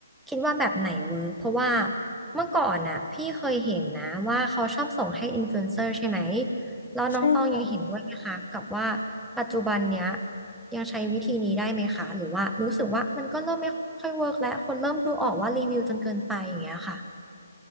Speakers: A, in the centre; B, on the left.
A: คิดว่าแบบไหนเวิร์กเพราะว่าเมื่อก่อนอ่ะพี่เคยเห็นนะว่าเขาชอบส่งให้อินฟลูเอนเซอร์ใช่ไหมแล้วน้องตองยังเห็นด้วยไหมคะกับว่า
B: ใช่ค่ะ
A: ปัจจุบันเนี้ยยังใช้วิธีนี้ได้ไหมคะหรือว่ารู้สึกว่ามันก็เริ่มไม่ค่อยเวิร์กแล้วคนเริ่มดูออกว่ารีวิวจนเกินไปอย่างเงี้ยค่ะ